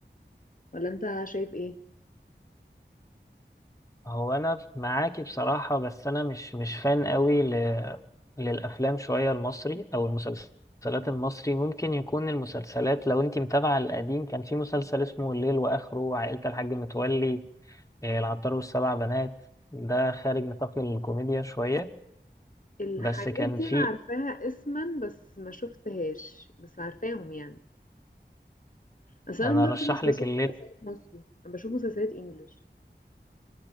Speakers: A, on the left; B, on the left.
A: ولا أنت شايف إيه؟
B: هو انا معاكي بصراحة بس انا مش مش فان قوي ل... للافلام شوية المصري او المسلسلات المصري ممكن يكون المسلسلات لو انتي متابعة القديم كان في مسلسل اسمه الليل واخره عائلة الحاج متولي إيه، العطار والسبع بنات ده خارج نطاق الكوميديا شوية
A: الحاجات
B: بس كان
A: دي
B: في
A: أنا عارفاها اسما بس ما شفتهاش بس عارفاهم يعني بس أنا
B: انا
A: برضه
B: ارشح
A: مش بشوف
B: لك الليل
A: مسلسلات مصري أنا بشوف مسلسلات إنجلش